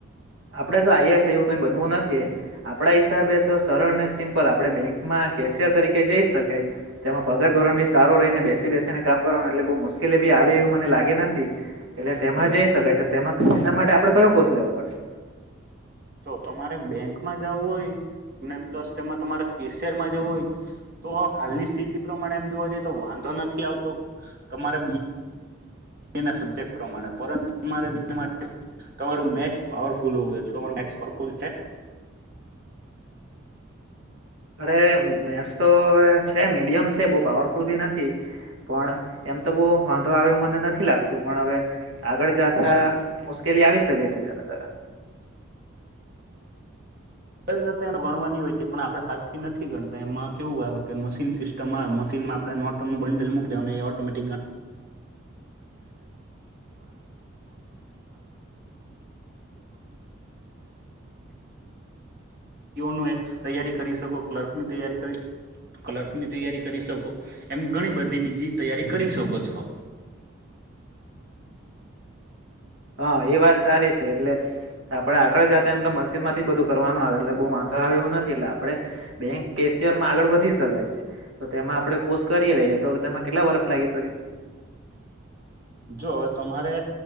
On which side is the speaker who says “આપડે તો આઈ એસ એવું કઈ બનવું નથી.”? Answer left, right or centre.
Right